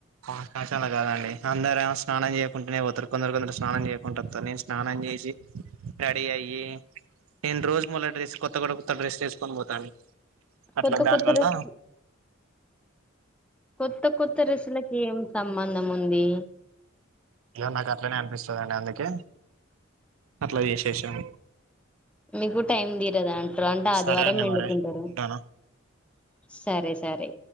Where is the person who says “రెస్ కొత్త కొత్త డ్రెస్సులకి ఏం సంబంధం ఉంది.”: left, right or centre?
Centre